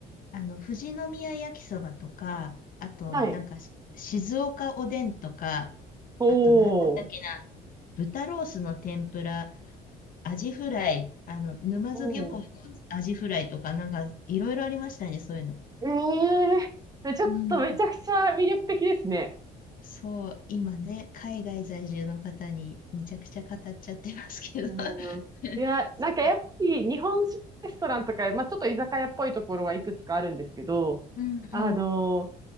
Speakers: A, on the left (about 55°); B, on the right (about 20°).
A: あの、富士宮焼きそばとか、あと、
B: う。はい。
A: なんか、し静岡おでんとか、
B: ほう。
A: あと、なんだったっけな、豚ロースの天ぷら、アジフライ、あの、沼津漁港のアジフライとか、
B: ほう。
A: なんか、いろいろありましたね、そういうの。
B: ええちょっとめちゃくちゃ魅力的ですね。
A: うん。そう、今ね、海外在住の方にめちゃくちゃ語っちゃってますけど。
B: うん。
A: <laughs>
B: いや、
A: そう
B: なんかやっぱり日本食レストランとか、まあちょっと居酒屋っぽいところはいくつかあるんですけど、
A: うんうん。
B: あの、